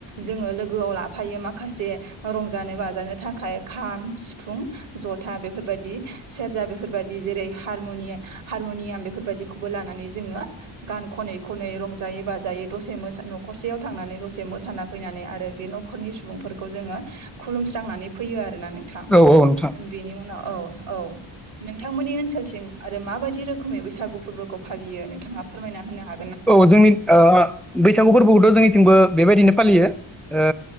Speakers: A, on the right; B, in the centre.
A: जोङो लोगोआव लाफायो माखासे रंजानो बाजानो थाखाय खा खाम, सिफुं, जथा बेफोरबायदि सेरजा बेफोरबायदि जेरै हारमुनि हारमुनियाम बेफोरबादिखौबो लानानै जोङो गान खनै खनै रंजायै बाजायै दसे मोसा न'खरसेयाव थांनानै दसे मोसाना फैनानै आरो बे न'खरनि सुबुंफोरखौ जोङो खुलुमस्रांनानै फैयो आरो ना नोंथां
B: औ नोंथां
A: बेनि उनाव औ औ नोंथांमोननि ओनसोलथिं आरो माबायदि रोखोमै बैसागु फोरबोखौ फालियो नोंथाङा फोरमायना होनो हा
B: औ जोंनि ओ बैसागु फोरबोखौथ' जोंनिथिंबो बेबायदिनो फालियो ओ